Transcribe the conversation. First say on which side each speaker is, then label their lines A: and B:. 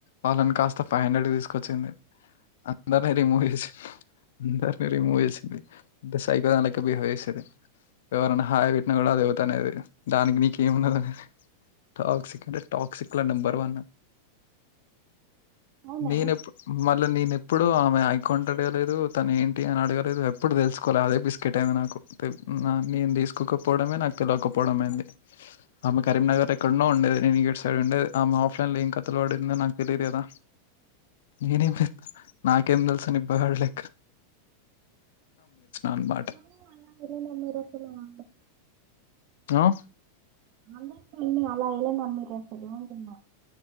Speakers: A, on the left; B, on the right.
A: వాళ్ళని కాస్త ఫైవ్ హండ్రెడ్ తీసుకొచ్చింది అందరిని రిమూవ్ చేసింది అందని రిమూవ్ చేసింది అంత సైకో దాని లెక్క బిహేవ్ చేసేది ఎవరు అన్న హాయ్ పెట్టిన కూడా అది యవత్తనేది దానికి నీకేమున్నదిరనేది టాక్సిక్ అంటే టాక్సిక్ లా నెంబర్ వన్
B: అవునా
A: నేనేప్పు మళ్ళ నేను ఎప్పుడు ఆమె అకౌంట్ అడగలేదు తను ఏంటి అని అడగలే ఎప్పుడు తెలుసుకోలే అదే బిస్కెట్ అయ్యింది నాకు తెప్ నేను తీసుకోకపోవడమే నాకు తెలియకపోవడంమైంది ఆమె కరీంనగర్ ఎక్కన్నో ఉండేది నేను గిటు సైడ్ ఉండేది ఆమె ల్ల ఏం కథలు పడిందో నాకు తెలియదు కదా, నేనేం చేస్ నాకేం తెలుసు నిబ్బగడిలే అనమాట
B: అ అలా ఎలా నమ్మారు అసలు <inaudible>
A: ఆ
B: అందాన్ని అలా ఏలా నమ్మావ్ అసలు అంటున్న